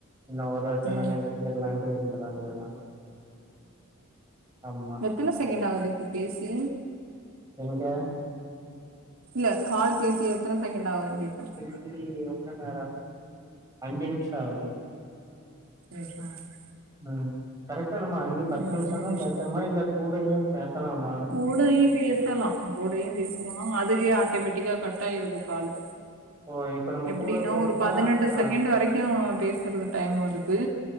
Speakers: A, on the right; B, on the right.
A: இன்னு ஒரு வருஷந்தான
B: ம்
A: இருந்துர்லான்ட்டு இருந்துற வேண்டியதா. அம்மா.
B: த்தன செகண்ட்டு ஆவுது இப்ப பேசி.
A: எங்க?
B: இல்ல கால் பேசி எத்தன செகெண்ட்டு ஆவுதுன் கேக்ற.
A: ம் இங்க எவ்ளோ நேரோ ஆவுது அஞ்சு நிம்ஷோ ஆவுது.
B: <unintelligible>
A: ம் கரெக்ட்டா நம்ம அஞ்சு பத்து
B: ஆமா
A: நிம்ஷந்தா
B: ஆறு நிமிஷோ
A: பேசணுமா இல்ல கூடையு பேசலாமா?
B: கூடையு பேசலா கூடையு பேசலா அதுவே ஆட்டேமேட்டிக்கா கட்டாயிருது காலு.
A: ஓ இப்ப நம்ம
B: எப்பிடின்னா
A: கூட பேசுனா
B: ஒரு பதினெட்டு
A: ஆ
B: செகண்ட்டு வரைக் கு பேசறது டைம் வருது